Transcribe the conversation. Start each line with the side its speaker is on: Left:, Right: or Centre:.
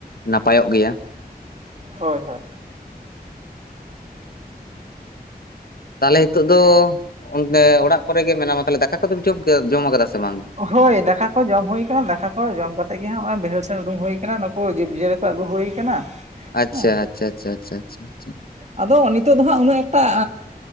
Left: ᱱᱟᱯᱟᱭᱚᱜ ᱜᱮᱭᱟ᱾
Right: ᱦᱳᱭ ᱦᱚ᱾
Left: ᱛᱟᱦᱚᱞᱮ ᱱᱤᱛᱚᱜ ᱫᱚ ᱚᱱ ᱚᱲᱟᱜ ᱠᱚᱨᱮ ᱜᱮ ᱢᱮᱱᱟᱢᱟ, ᱛᱟᱦᱚᱞᱮ ᱫᱟᱠᱟ ᱠᱚᱫ ᱡᱚᱢ ᱡᱚᱢ ᱟᱠᱟᱫᱟ ᱥᱮ ᱵᱟᱝ?
Right: ᱦᱳᱭ ᱫᱟᱠᱟ ᱠᱚ ᱡᱚᱢ ᱦᱩᱭᱟᱱᱟ ᱫᱟᱠᱟ ᱠᱚ ᱡᱚᱢ ᱠᱟᱛᱮᱜ ᱜᱮ ᱦᱟᱜ ᱱᱚᱭᱚ ᱵᱳᱭᱦᱳᱹᱲ ᱥᱮᱱ ᱩᱰᱩᱝ ᱦᱩᱭ ᱟᱠᱟᱱᱟ ᱱᱩᱠᱩ ᱡᱤᱵᱽᱼᱡᱤᱭᱟᱹᱞᱤ ᱟᱹᱜᱩ ᱦᱩᱭ ᱠᱟᱱᱟ᱾
Left: ᱟᱪᱪᱷᱟ
Right: ᱦᱮᱸ
Left: ᱟᱪᱪᱷᱟ ᱟᱪᱷᱟ ᱪᱷᱟ ᱪᱷᱟ ᱾
Right: ᱟᱫᱚ ᱱᱤᱛᱳ ᱫᱚ ᱦᱟᱜ ᱩᱱᱟᱹᱜ ᱮᱠᱴᱟᱻ